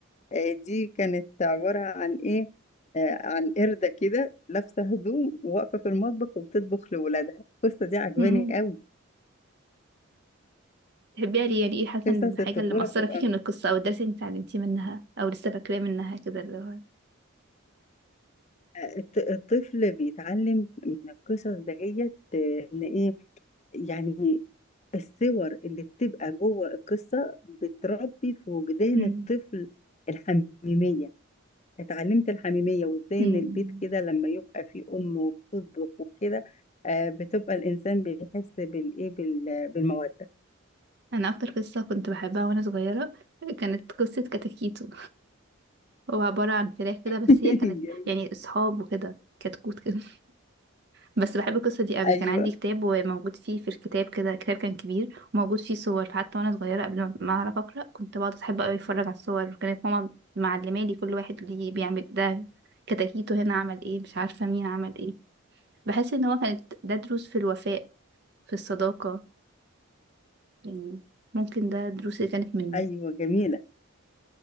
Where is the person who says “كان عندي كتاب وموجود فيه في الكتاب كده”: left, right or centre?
Right